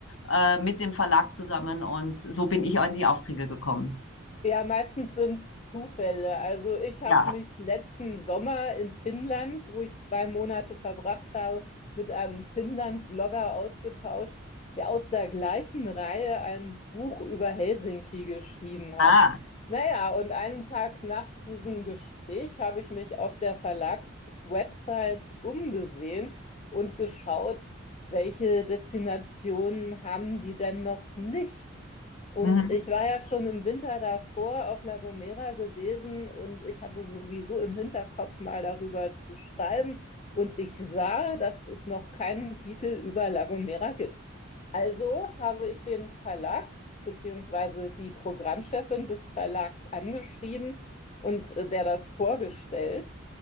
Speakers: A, on the left (about 75°); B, on the left (about 30°).
A: äh, mit dem Verlag zusammen. Und so bin ich an die Aufträge gekommen.
B: Ja, meistens sind es Zufälle. Also ich habe
A: Ja.
B: mich letzten Sommer in Finnland, wo ich zwei Monate verbracht habe, mit einem Finnland-Blogger ausgetauscht, der aus der gleichen Reihe ein Buch über Helsinki geschrieben hat.
A: Ah.
B: Naja, und einen Tag nach diesem Gespräch habe ich mich auf der Verlagswebsite umgesehen und geschaut, welche Destinationen haben die denn noch nicht? Und
A: Mhm.
B: ich war ja schon im Winter davor auf La Gomera gewesen und ich hatte sowieso im Hinterkopf mal darüber zu schreiben. Und ich sah, dass es noch keinen Titel über La Gomera gibt. Also habe ich den Verlag beziehungsweise die Programmchefin des Verlags angeschrieben und äh, der das vorgestellt.